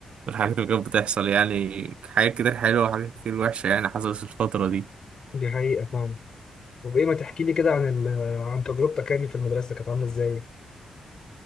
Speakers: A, on the right; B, on the left.
A: والحاجات اللي كانت بتحصل يعني حاجات كتير حلوة وحاجات كتير وحشة يعني حصلت في الفترة دي
B: دي حقيقة فعلا طب ايه ما تحكي لي كده عن ال... عن تجربتك يعني في المدرسة كانت عاملة ازاي؟